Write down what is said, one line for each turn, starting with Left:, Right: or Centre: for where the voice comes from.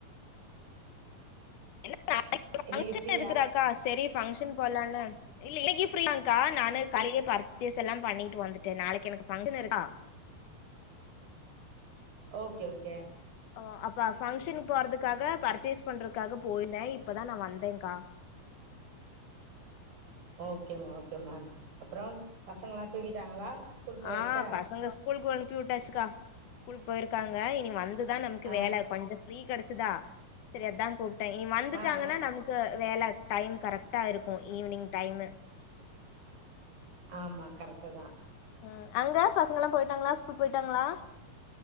Left: என்ன நாளைக்கு
Right: இன்னைக்கு
Left: பங்க்ஷன்
Right: ஃப்ரீயா
Left: இருக்கு தாக்கா சரி பங்க்ஷன் போலானு இல்ல இன்னிக்கு ஃபிரீ தாக்கா நானு காலைலே பர்ச்சேஸ் எல்லா பண்ணிட்டு வந்துட்டே நாளைக்கு எனக்கு ஃபங்க்ஷன் இருக்கா
Right: ஓக்கே ஓக்கே
Left: ஓ அப்ப பங்க்ஷன் போறதுக்காக பர்ச்சேஸ் பண்றதுக்காக போய்ருந்தே இப்பதா நா வந்தேன்க்கா
Right: ஓக்கேமா ஓக்கேமா அப்றம் பசங்கல்லா தூங்கிட்டாங்களா ஸ்கூல் போயாச்சா
Left: ஆ பசங்க ஸ்கூலுக்கு அனுப்பி வுட்டாச்சுக்கா ஸ்கூலுக்கு போய்ருக்காங்க இனி வந் து தா நமக்கு
Right: ஆ
Left: வேல கொஞ்சோ ப்ரீ கிடச்சுதா செரி அதான் கூப்ட்டேன் இனி வந்துட்டாங்கன்னா
Right: ஆ ஆ
Left: நமக் வேல டைம் கரெக்டா இருக்கு ஈவினிங் டைமு
Right: ஆமா கரெக்ட்டு தா
Left: ம் அங்க பசங்க எல்லா போய்ட்டாங்களா ஸ்கூல் போய்ட்டாங்களா